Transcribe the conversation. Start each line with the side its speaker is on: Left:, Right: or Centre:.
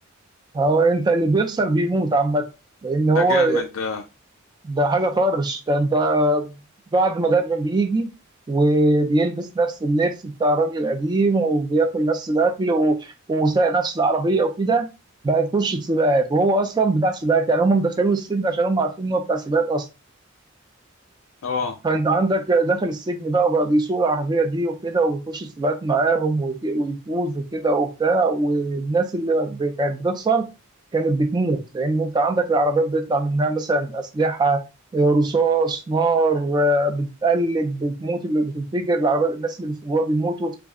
Right: هو أنت اللي بيخسر بيموت عامة لأن هو
Left: ده جامد ده
Right: ده حاجة طرش ده انت بعد ما مدرب بيجي وبيلبس نفس اللبس بتاع الراجل القديم وبياكل نفس الاكل و... وسايق نفس العربية وكده بقى يخش سباقات وهو اصلا بتاع سباقات يعني هم مدخلينه السجن عشان هم عارفين ان هو بتاع سباقات اصلا
Left: اه
Right: فانت عندك دخل السجن بقى وبقى بيسوق العربيه دي وكده وبيخش السباقات معاهم ويت- ويفوز وكده وبتاع والناس اللي ب- كانت بتخسر كانت بتموت لان انت عندك العربيات بيطلع منها مثلا اسلحه آه، رصاص نار آه، بتتقلب بتموت اللي بتنفجر العربيات الناس اللي بيسوقوها بيموتوا